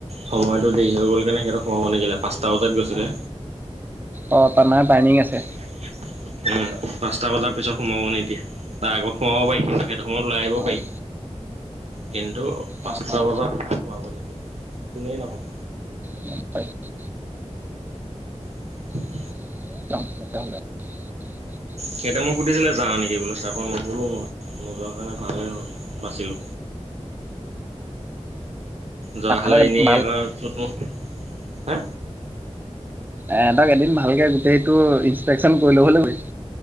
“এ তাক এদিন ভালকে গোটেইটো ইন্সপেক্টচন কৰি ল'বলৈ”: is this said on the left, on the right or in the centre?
Right